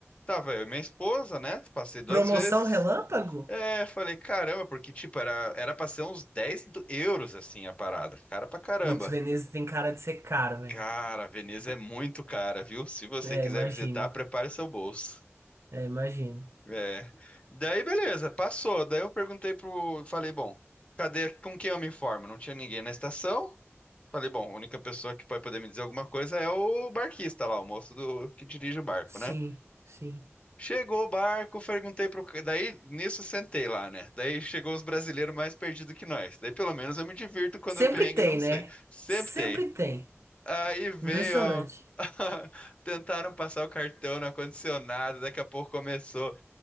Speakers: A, on the left; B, on the right.
A: Tava eu e minha esposa, né? Passei duas
B: Promoção
A: vezes.
B: relâmpago?
A: É, falei, caramba, porque, tipo, era, era pra ser uns dez do- euros, assim, a parada. Cara pra caramba.
B: Putz, Veneza tem cara de ser caro, velho.
A: Cara, Veneza é muito cara, viu? Se você
B: É,
A: quiser
B: imagino.
A: visitar, prepare seu bolso.
B: É, imagino.
A: É. Daí, beleza, passou. Daí eu perguntei pro... Falei, bom, cadê... Com quem eu me informo? Não tinha ninguém na estação. Falei, bom, a única pessoa que vai poder me dizer alguma coisa é o barquista lá, o moço do que dirige o barco,
B: Sim,
A: né?
B: sim.
A: Chegou o barco, perguntei pro. ca- Daí, nisso, sentei lá, né? Daí chegou os brasileiros mais perdidos que nós. Daí, pelo menos, eu me divirto quando
B: Sempre
A: eu perrengue
B: tem,
A: não sei.
B: né?
A: Sempre
B: Sempre
A: tem.
B: tem.
A: Aí veio,
B: Impressionante.
A: ó. <laughs> Tentaram passar o cartão, não aconteceu nada. Daqui a pouco começou